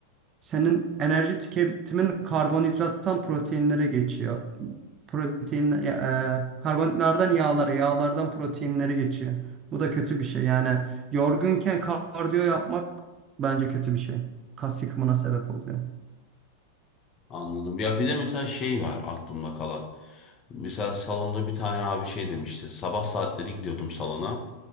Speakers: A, on the right (about 25°); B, on the left (about 30°).
A: senin enerji tüketimin karbonhidrattan proteinlere geçiyor. Protein, e, e, karbonhidratlardan yağlara, yağlardan proteinlere geçiyor. Bu da kötü bir şey. Yani yorgunken kardiyo yapmak bence kötü bir şey. Kas yıkımına sebep oluyor.
B: Anladım. Ya bir de mesela şey var aklımda kalan. Mesela salonda bir tane abi şey demişti. Sabah saatleri gidiyordum salona.